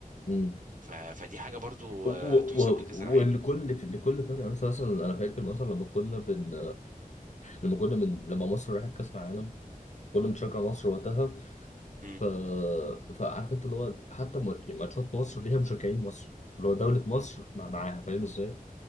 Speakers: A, on the left; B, on the right.
A: مم.
B: ف... فدي حاجة برضو
A: و- و-
B: آه، تحسب
A: و-
B: لكاس العالم
A: والكل في لكل فرقه مثلا مثلا انا فاكر مثلا لما كنا بن لما كنا من لما مصر راحت كاس العالم كنا بنشجع مصر وقتها
B: امم
A: ف فعارف انت اللي هو حتى م- يعني ماتشات مصر ليها مشجعين مصر اللي هو دوله مصر مع معاها فاهم ازاي